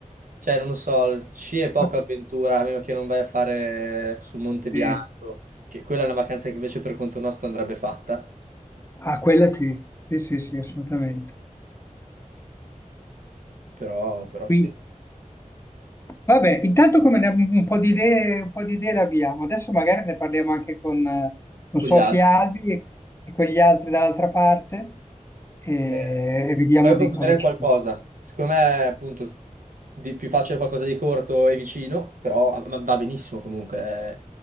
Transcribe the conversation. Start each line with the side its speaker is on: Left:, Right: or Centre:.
Right: Cioè, non lo so, sci è poca
Left: No,
Right: avventura, a meno che non vai a fare sul Monte Bianco,
Left: sì.
Right: che quella è una vacanza che invece per conto nostro andrebbe fatta.
Left: Ah, quella sì. Sì, sì, sì, assolutamente.
Right: Però, però sì,
Left: Qui, Vabbè, intanto come ne- un po' di idee, un po' di idee le abbiamo. Adesso magari ne parliamo anche con, eh, con
Right: con
Left: Sofia
Right: gli altri.
Left: Albi e, e con gli altri dall'altra parte e,
Right: Eh,
Left: e vediamo
Right: Puoi concludere
Left: di cosa
Right: in
Left: ci...
Right: qualcosa. Secondo me, appunto, di- più facile qualcosa di corto e vicino, però ah, ma va benissimo comunque. È,